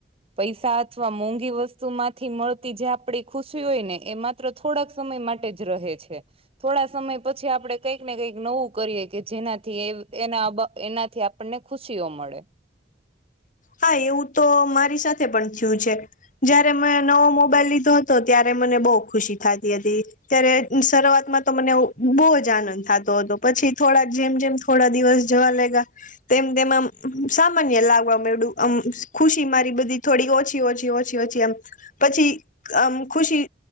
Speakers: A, on the right; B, on the left.
A: પૈસા અથવા મોંઘી વસ્તુ માંથી મળતી જે આપડી ખુશી હોય ને, એ માત્ર થોડાક સમય માટે જ રહે છે થોડા સમય પછી આપડે કંઈક ને કંઈક નવું, કરીએ કે જેનાથી એ એનાથી આપણને ખુશીઓ મળે.
B: હા એવું તો મારી સાથે પણ થયું છે. જયારે મેં નવો મોબાઈલ લીધો હતો ત્યારે મને બહુ ખુશી થાતી હતી. ત્યારે શરૂઆતમાં તો મને બહુ જ આનંદ થતો હતો પછી થોડાક જેમ જેમ, થોડા દિવસ જવા લાયગા તેમ તેમ આમ સામાન્ય લાગવા મયડુ આમ ખુશી મારી બધી થોડી ઓછી ઓછી ઓછી ઓછી આમ, પછી આમ ખુશી